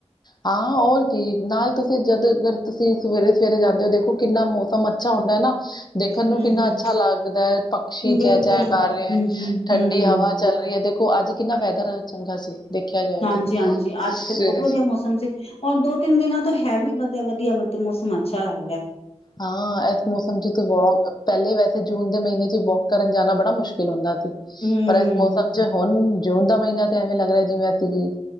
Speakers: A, on the left; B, on the left.
A: ਹਾਂ! ਹੋਰ ਕੀ ਨਾਲ ਤੁਸੀਂ ਜਦ ਅਰ ਤੁਸੀਂ ਸਵੇਰੇ -ਸਵੇਰੇ ਜਾਂਦੇ ਹੋ, ਦੇਖੋ ਕਿੰਨਾ ਮੌਸਮ ਅੱਛਾ ਹੁੰਦਾ ਨਾ। ਦੇਖਣ ਨੂੰ
B: ਹੂੰ-ਹੂੰ
A: ਕਿੰਨਾ ਅੱਛਾ ਲੱਗਦਾ ਹੈ, ਪਕਸ਼ੀ
B: ਬਿਲਕੁਲ
A: ਚੈ -ਚੈ ਕਰ
B: ਹੂੰ
A: ਰਿਹਾ
B: ਹੂੰ
A: ਠੰਡੀ
B: ਹੂੰ
A: ਹਵਾ। ਚੱਲ ਰਹੀ ਹੈ, ਦੇਖੋ ਅੱਜ ਕਿੰਨਾ ਵੈਦਰ ਚੰਗਾ ਸੀ। ਦੇਖਿਆ ਜਾਏ
B: ਹਾਂਜੀ-
A: ਤੇ
B: ਹਾਂਜੀ ਅੱਜ
A: ਸਵੇਰੇ
B: ਤੇ ਬਹੁਤ ਵਧੀਆ
A: ਸ
B: ਮੌਸਮ ਸੀ ਔਰ ਦੋ ਤਿੰਨ ਦਿਨਾਂ ਤੋਂ ਹੈ ਵੀ ਵਧੀਆ ਵਧੀਆ ਮਤਲਬ ਮੌਸਮ ਅੱਛਾ ਹੋਇਆ ਪਿਆ ਹੈ
A: ਹਾਂ ਇਸ ਮੌਸਮ ਚ ਬਹੁਤ ਪਹਿਲੇ ਵੈਸੇ ਜੂਨ ਦੇ ਮਹੀਨੇ ਚ ਵੋਕ ਕਰਨ ਜਾਣਾ ਬੜਾ ਮੁਸ਼ਕਿਲ ਹੁੰਦਾ ਸੀ
B: ਹੂੰ
A: ਪਰ ਮੌਸਮ ਚ ਹੁਣ ਜੂਨ ਦਾ ਮਹੀਨਾ ਤੇ ਐਵੇਂ ਲੱਗਦਾ ਜਿਵੇਂ ਅਸੀਂ ਵੀ